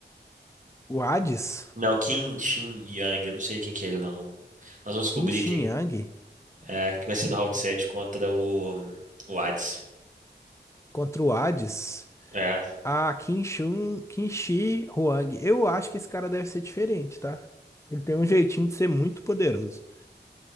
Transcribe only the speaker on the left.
o Hades,
Qin Shi
Yang,
contra o Hades,
a Qin Shun, Qin Shi Huang. Eu acho que esse cara deve ser diferente, tá? Ele tem um jeitinho de ser muito poderoso.